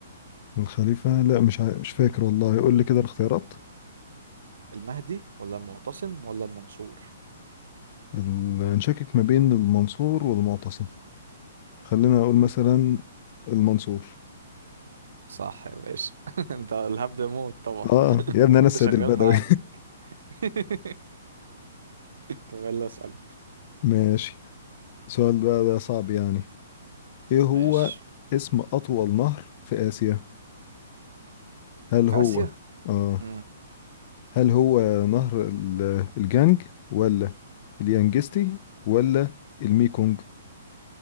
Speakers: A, on the left; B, on the right.
A: الخليفة لا مش ع... مش فاكر والله قول لي كده الاختيارات
B: المهدي ولا المعتصم ولا المنصور
A: ال- نشكك ما بين المنصور والمعتصم خلينا اقول مثلا المنصور
B: صح يا باشا <laughs> انت الهبد موت طبعا
A: اه يا ابني
B: الهبد
A: انا السيد
B: شغال
A: البدوي
B: معاه <laughs> طب يلا اسأل
A: <laughs> ماشي السؤال بقى ده صعب يعني ايه هو
B: ماشي
A: اسم اطول نهر في اسيا هل
B: في
A: هو
B: آسيا
A: اه
B: مم.
A: هل هو نهر ال- الجانج ولا اليانجستي ولا الميكونج